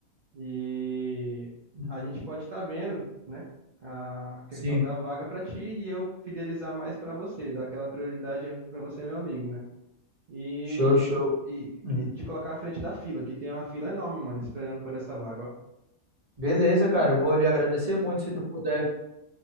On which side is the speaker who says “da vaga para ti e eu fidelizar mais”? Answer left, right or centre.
Right